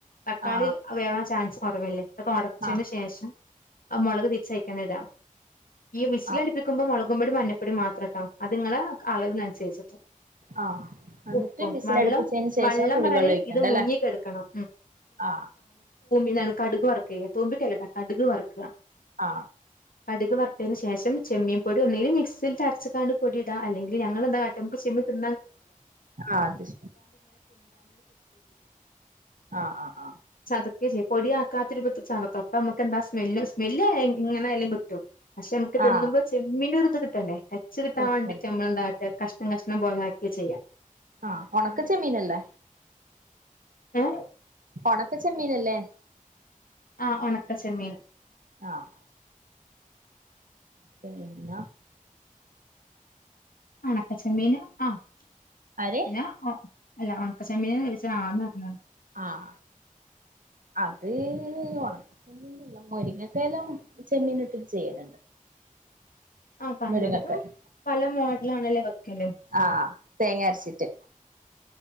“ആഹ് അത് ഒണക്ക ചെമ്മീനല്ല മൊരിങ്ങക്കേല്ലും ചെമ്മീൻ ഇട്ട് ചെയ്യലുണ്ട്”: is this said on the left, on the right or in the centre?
Right